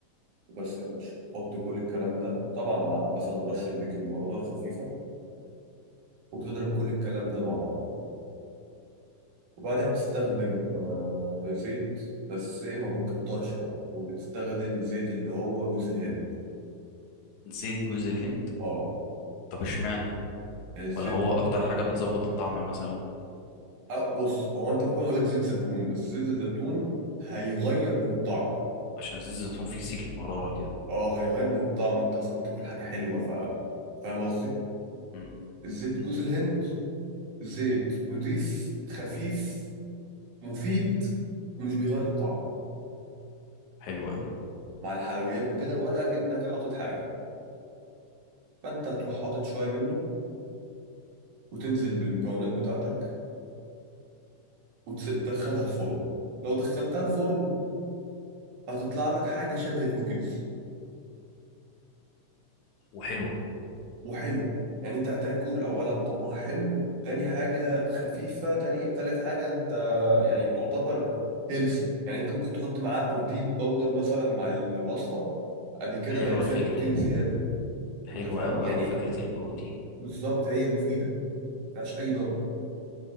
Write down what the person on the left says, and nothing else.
زيت جوز الهند
طب اشمعنى
ولا هو اكتر حاجة بتظبط الطعم مثلا
عشان زيت الزيتون فيه سيكة مرارة كده
مم.
حلو قوي
وحلوة
حلوة
الفكرة
دي
حلوة
قوي
قوي فكرة البروتين